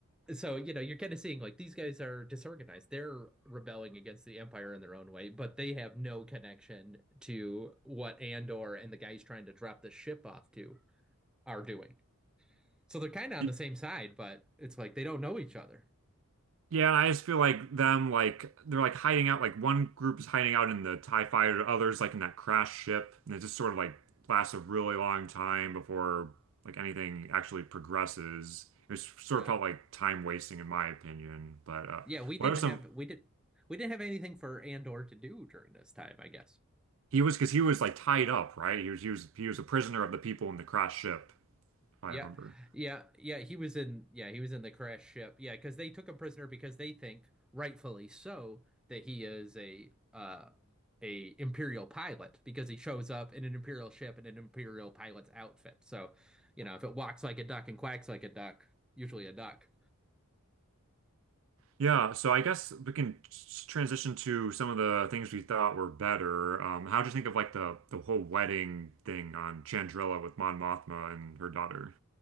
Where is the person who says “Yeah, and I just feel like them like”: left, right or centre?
Right